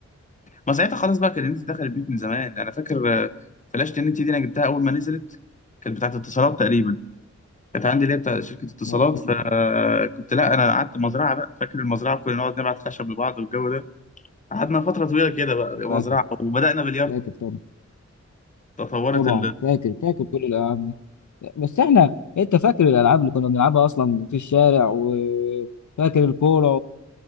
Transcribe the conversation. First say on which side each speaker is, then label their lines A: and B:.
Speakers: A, on the left (about 25°); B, on the left (about 80°).
A: ما ساعتها خلاص بقى كان النت دخل البيوت من زمان انا فاكر آه، فلاشة النت دي انا جبتها اول ما نزلت كانت بتاعت اتصالات تقريبا كانت عندي اللي هي بتاع شركه اتصالات
B: آه،
A: فكنت لا انا قعدت مزرعه بقى فاكر المزرعه كنا نقعد نبعت خشب لبعض والجو ده قعدنا فتره طويله كده بقى مزرعه
B: فاكر
A: وبدانا بلياردو
B: فاكر طبعا
A: تطورت
B: طبعا
A: ال
B: فاكر فاكر كل الالعاب دي بس احنا انت فاكر الالعاب اللي كنا بنلعبها اصلا في الشارع وفاكر الكوره